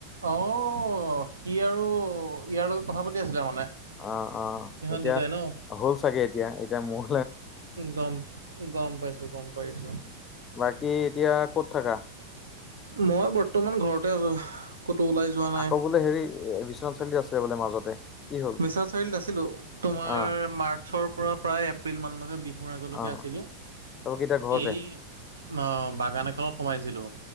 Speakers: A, on the right; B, on the left.
A: অ', সি আৰু ইয়াৰ লগত কথা পাতি আছিলে মানে।
B: অ', অ',
A: সিহঁত
B: এতিয়া
A: দুটাই ন
B: হ'ল চাগে এতিয়া। এতিয়া মোৰ
A: গম গম পাইছোঁ গম পাইছোঁ।
B: বাকী এতিয়া ক'ত থাকা?
A: মই বৰ্তমান ঘৰতে আছো। ক'তো ওলাই যোৱা নাই
B: আকৌ বোলে হেৰি এ বিশ্বনাথ চাৰিআলি আছে বোলে মাজতে। কি হ'ল?
A: বিশ্বনাথ চাৰিআলিত আছিলো তোমাৰ
B: অ'
A: মাৰ্চৰ পৰা প্ৰায় এপ্ৰিল মানলৈকে বি ৰ আগলৈকে
B: অ'
A: আছিলো
B: তাৰপৰা কি এতিয়া ঘৰতে?
A: এই অ' হেৰি বাগান এখনত সোমাইছিলো।